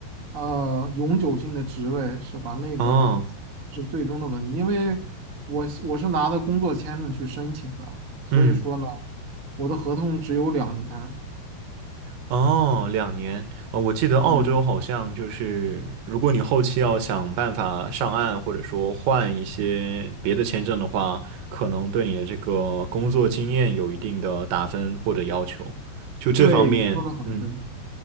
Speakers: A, on the right (about 75°); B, on the right (about 85°).
A: 呃永久性的职位，是吧？那个
B: 哦，
A: 是最终的问题，因为我是我是拿的工作签证去申请的，所以说呢，
B: 嗯，
A: 我的合同只有两年。
B: 哦，两年，呃，我记得澳洲好像就是，
A: 对
B: 如果你后期要想办法上岸，或者说换一些别的签证的话，可能对你的这个工作经验有一定的打分或者要求，就这方面，
A: 对，说的很对，
B: 嗯。